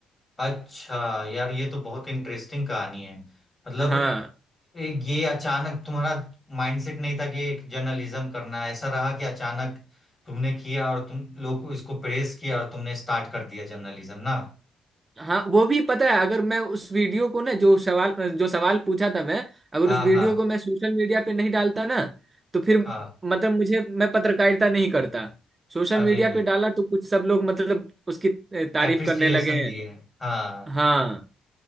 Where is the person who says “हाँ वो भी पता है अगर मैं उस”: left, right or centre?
Right